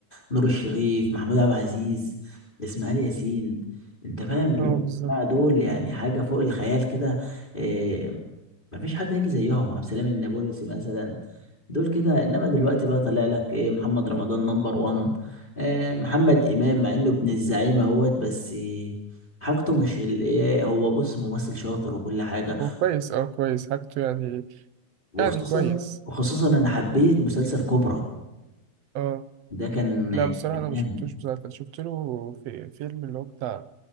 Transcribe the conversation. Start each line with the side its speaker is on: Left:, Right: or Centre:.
Left: نور الشريف محمود عبد العزيز اسماعيل ياسين انت فاهم اللي
Right: أه
Left: هم
Right: بالظبط
Left: دول يعني حاجة فوق الخيال كده آه، ما فيش حد هيجي زيهم عبد السلام النابلسي مثلا دول كده انما دلوقتي بقى طالع لك ايه محمد رمضان نمبر 1 آه محمد امام مع انه ابن الزعيم اهوت بس حاجته مش ال- ايه هو بص ممثل شاطر وكل حاجه
Right: هو كويس أه كويس حاجته يعني
Left: وخصوصا
Right: يعني كويس
Left: وخصوصا انا حبيت مسلسل كوبرا
Right: أه
Left: ده كان
Right: لا بصراحة
Left: كان
Right: أنا ما
Left: جامد
Right: شفتوش بصراحة أنا شفت له في فيلم اللي هو بتاع